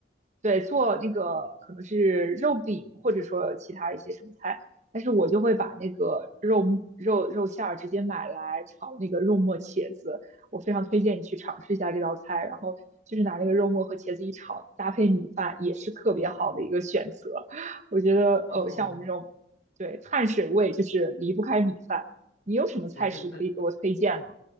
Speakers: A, on the right; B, on the left.
A: 对，做那个可能是肉饼，或者说其他一些什么菜，但是我就会把那个肉肉肉馅儿直接买来炒那个肉末茄子，我非常推荐你去尝试一下这道菜，然后就是拿那个肉末和茄子一炒，搭配米饭也是特别好的一个选择。我觉得，
B: 哦，
A: 呃，像我们这种对碳水味就是离不开米饭，你有什么菜式可以给我推荐吗？
B: 对，那那